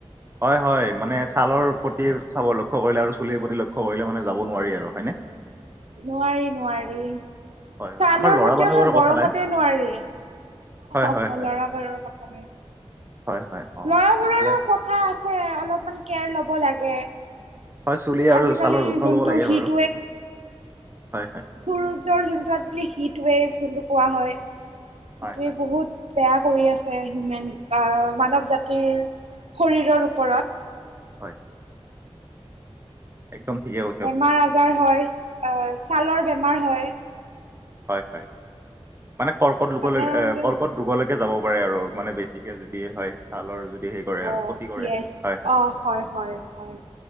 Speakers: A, on the right; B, on the right.
A: হয় হয় মানে ছালৰ প্ৰতি চাব লক্ষ্য কৰিলে আৰু চুলিৰ প্ৰতি লক্ষ্য কৰিলে মানে যাব নোৱাৰি আৰু হয়নে।
B: নোৱাৰি নোৱাৰি।
A: হয়
B: ছালৰ
A: হয় আমাৰ ল'ৰা
B: প্ৰতিও
A: মানুহ
B: ধৰ
A: বাৰু
B: গৰমতে
A: কথা নাই
B: নোৱাৰি।
A: হয়
B: অ
A: হয় হয়
B: ল'ৰা বাৰৰ কথা নাই
A: হয় হয় অ
B: ল'ৰাবোৰৰো
A: এতিয়া
B: কথা আছে অলপমান কেয়াৰ লব লাগে
A: হয় চুলি আৰু
B: আজিকালি
A: ছালৰ যত্ন
B: যোনটো
A: ল'ব লাগে
B: হিট
A: বাৰু হয় হয়
B: সূৰুজৰ যোনটো আজিকালি হিটৱেভ যোনটো কোৱা হয় সেইটোৱে
A: হয় হয়
B: বহুত বেয়া কৰি আছে হিউমেন বা মানৱ জাতিৰ শৰীৰৰ ওপৰত।
A: হয়। একদম ঠিকে কৈ
B: বেমাৰ আজাৰ হয় আহ ছালৰ বেমাৰ হয়।
A: হয় হয় মানে কৰ্কট লোকলৈ
B: সাধাৰণতে
A: এ কৰ্কট ৰোগলৈকে যাব পাৰে আৰু মানে বেছিকে যদি হয়। ছালৰ যদি সেই কৰে
B: অ
A: আৰু ক্ষতি কৰে
B: য়েছ
A: হয় হয়
B: অ হয় হয়